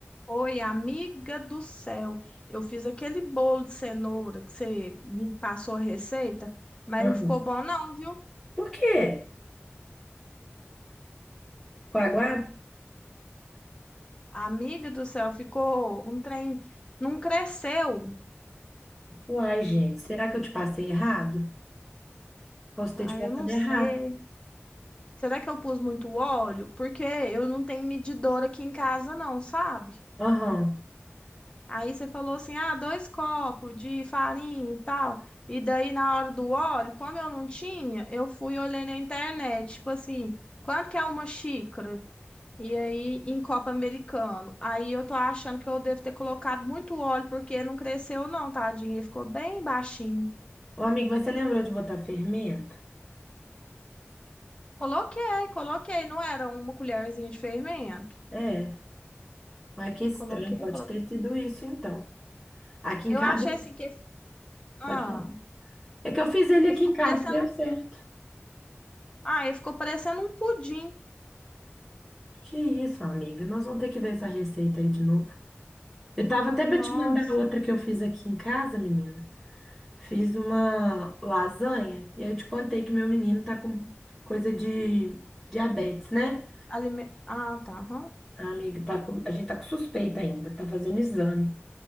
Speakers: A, on the left; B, in the centre.
A: Oi, amiga do céu. Eu fiz aquele bolo de cenoura que você me passou a receita, mas
B: Aham.
A: não ficou bom não, viu?
B: Por quê? Coaguado?
A: Amiga do céu, ficou um trem, não cresceu.
B: Uai, gente, será que eu te passei errado? Posso ter
A: Ah,
B: te passado
A: eu não sei.
B: errado.
A: Será que eu pus muito óleo? Porque eu não tenho medidor aqui em casa não, sabe?
B: Aham.
A: Aí você falou assim: "Ah, dois copos de farinha e tal". E daí na hora do óleo, como eu não tinha, eu fui olhei na internet, tipo assim, quanto que é uma xícara? E aí, em copo americano. Aí eu tô achando que eu devo ter colocado muito óleo, porque não cresceu, não, tadinho. Ele ficou bem baixinho.
B: Ô, amigo, mas você lembrou de botar fermento?
A: Coloquei, coloquei. Não era uma colherzinha de fermento.
B: É. Mas que estranho,
A: Coloquei,
B: pode
A: coloquei.
B: ter sido isso, então. Aqui em
A: Eu
B: casa,
A: achei assim que. esse- Ah,
B: pode falar. É que eu fiz ele
A: ele
B: aqui
A: ficou
B: em casa
A: parecendo.
B: e deu certo.
A: Ah, ele ficou parecendo um pudim.
B: Que isso, amiga, nós vamos ter que ver essa receita aí de novo. Eu tava até
A: Nossa.
B: pra te mandar outra que eu fiz aqui em casa, menina. Fiz uma lasanha, e aí eu te contei que meu menino tá com coisa de diabetes, né?
A: Alime... Ah, tá. aham.
B: A amiga, tá com- a gente tá com suspeita ainda, tá fazendo exame,